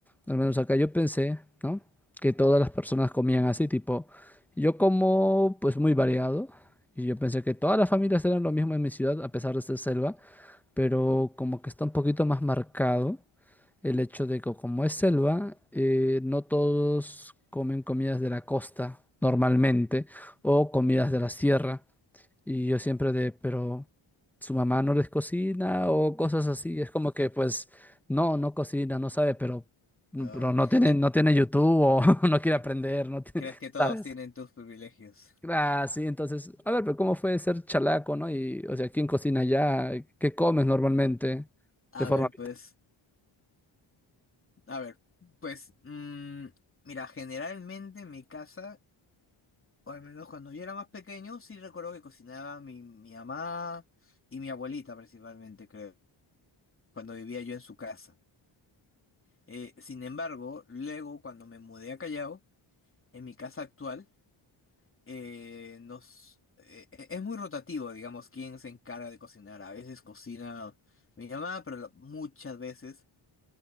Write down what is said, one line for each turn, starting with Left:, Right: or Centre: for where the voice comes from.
Centre: al menos acá yo pensé, ¿no? Que todas las personas comían así, tipo, yo como pues muy variado, y yo pensé que todas las familias eran lo mismo en mi ciudad, a pesar de ser selva, pero como que está un poquito más marcado el hecho de que como es selva, eh, no todos comen comidas de la costa normalmente o comidas de la sierra. Y yo siempre de, pero su mamá no les cocina o cosas así. Es como que pues no, no cocina, no sabe, pero,
Left: Oh,
Centre: pero no tiene,
Left: <laughs>
Centre: no tiene YouTube o <laughs> no quiere
Left: ¿cre-
Centre: aprender, no tiene-
Left: ¿Crees que todos
Centre: ¿sabes?
Left: tienen tus privilegios?
Centre: Ah, sí, entonces, a ver, pero ¿cómo fue ser chalaco, no? Y, o sea, ¿quién cocina allá? ¿Qué comes normalmente?
Left: A
Centre: De forma...
Left: ver, pues, a ver, pues, mm, mira, generalmente en mi casa, o al menos cuando yo era más pequeño, sí recuerdo que cocinaba mi, mi mamá y mi abuelita principalmente, creo, cuando vivía yo en su casa. Eh, sin embargo, luego cuando me mudé a Callao, en mi casa actual, eh, nos, eh, eh, es muy rotativo, digamos, quién se encarga de cocinar. A veces cocina mi mamá, pero la- muchas veces